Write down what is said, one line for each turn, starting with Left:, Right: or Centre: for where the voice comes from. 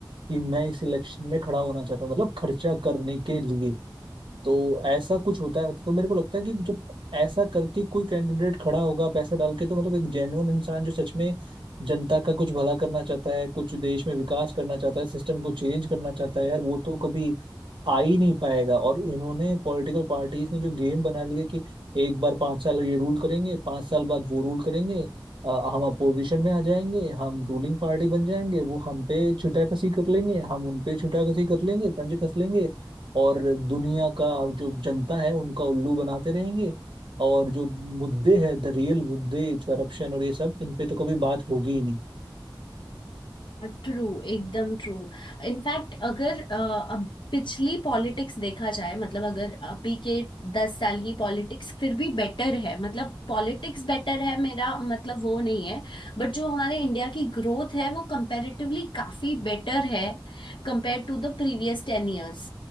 Right: कि मैं इस इलेक्शन में खड़ा होना चाहता हूँ मतलब खर्चा करने के लिए तो ऐसा कुछ होता है तो मेरे को लगता है कि जब ऐसा करके कोई कैंडिडेट खड़ा होगा पैसा डाल के तो मतलब एक जेन्युइन इंसान जो सच में जनता का कुछ भला करना चाहता है कुछ देश में विकास करना चाहता है सिस्टम को चेंज करना चाहता है यार वो तो कभी आ ही नहीं पाएगा और इन्होंने पॉलिटिकल पार्टीज ने जो गेम बना लिया कि एक बार पांच साल ये रूल करेंगे पांच साल बाद वो रूल करेंगे अ, हम अपोजिशन में आ जाएंगे हम रूलिंग पार्टी बन जाएंगे वो हम पे छुटा कसी कर लेंगे हम उन पे छुटा कसी कर लेंगे तंज कस लेंगे और दुनिया का जो जनता है उनका उल्लू बनाते रहेंगे और जो मुद्दे हैं द रियल मुद्दे करप्शन और ये सब इन पे तो कभी बात होगी ही नहीं
Left: ट्रू एकदम ट्रू इनफैक्ट अगर अ, अब पिछली पॉलिटिक्स देखा जाए मतलब अगर अभी के दस साल की पॉलिटिक्स फिर भी बेटर है मतलब पॉलिटिक्स बेटर है मेरा मतलब वो नहीं है बट जो हमारे इंडिया की ग्रोथ है वो कंपैरेटिवली काफी बेटर है compare to the previous टेन years